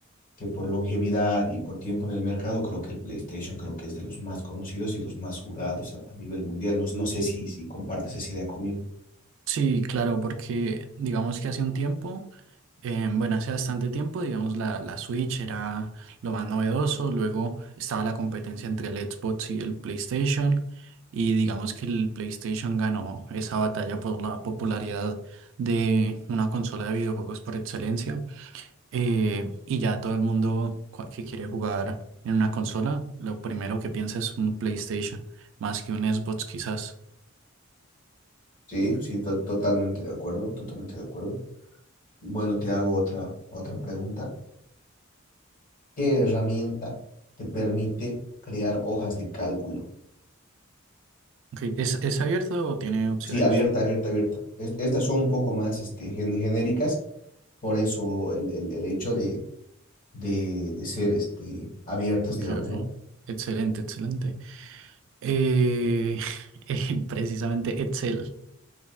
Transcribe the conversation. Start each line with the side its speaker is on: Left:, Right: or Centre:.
Left: que por longevidad y por tiempo en el mercado, creo que el PlayStation creo que es de los más conocidos y los más jugados a, a nivel mundial. No, no sé si, si compartes esa idea conmigo.
Right: Sí, claro, porque digamos que hace un tiempo, eh, bueno, hace bastante tiempo, digamos, la, la Switch era lo más novedoso, luego estaba la competencia entre el Xbox y el PlayStation, y digamos que el PlayStation ganó esa batalla por la popularidad de una consola de videojuegos por excelencia. Eh, y ya todo el mundo cua- que quiere jugar en una consola, lo primero que piensa es un PlayStation, más que un Xbox quizás.
Left: Sí, sí, to- totalmente de acuerdo, totalmente de acuerdo. Bueno, te hago otra, otra pregunta. ¿Qué herramienta te permite crear hojas de cálculo?
Right: Ok, ¿Es, es abierto o tiene opciones?
Left: Sí, abierta, abierta, abierta. Es- estas son un poco más este, gen- genéricas, por eso el, el, el hecho de, de, de ser este, abiertas,
Right: Ok,
Left: digamos,
Right: ok.
Left: ¿no?
Right: Excelente, excelente. Eh, <laughs> eh, precisamente Excel.